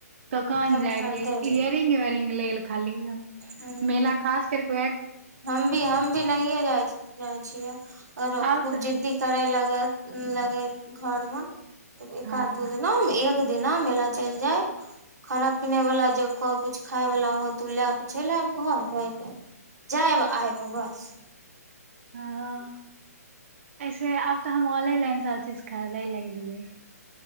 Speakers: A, on the right; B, on the right.
A: तऽोकन
B: सब
A: जाइ
B: खरीदे
A: रहिै
B: रहे
A: इयरिंग वेरिंग ल ल खाली ही
B: ह
A: मेलला खास कर को
B: हम भी हम भी नहिए जाइ छियै कर
A: आब
B: खूब
A: तऽ
B: जिद्दी करै लग लगैत घर मे एकध
A: हँ
B: दू न एक एक दिना मेला चलि जाय खाना पिने वाला जे कुछ खाय वलाा होत ओ लए के चलि आयब घर होय गेल जाब आयब बस
A: हँ ऐसे आब तऽ हम ऑनलाइन सभ चीज खरीदे लगलियै